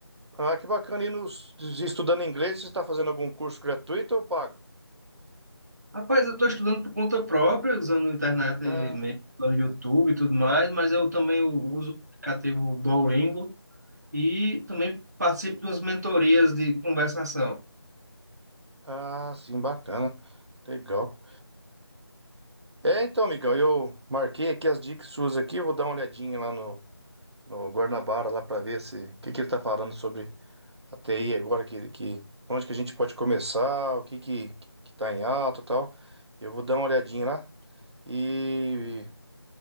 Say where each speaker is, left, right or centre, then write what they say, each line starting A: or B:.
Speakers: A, on the right; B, on the right.
A: Ah, que bacana. E nos, estudando inglês, você está fazendo algum curso gratuito ou pago?
B: Rapaz, eu estou estudando por conta própria, usando internet
A: Ah,
B: mesmo, no YouTube e tudo mais, mas eu também uso o aplicativo Duolingo e também participo de umas mentorias de conversação,
A: ah, ah, sim, bacana. Legal. É, então, amigão, eu marquei aqui as dicas suas aqui. Eu vou dar uma olhadinha lá no, no Guarnabara, lá para ver se o que, que ele está falando sobre a TI agora, que, que, onde que a gente pode começar, o que que, que tá em alta e tal. Eu vou dar uma olhadinha lá. E,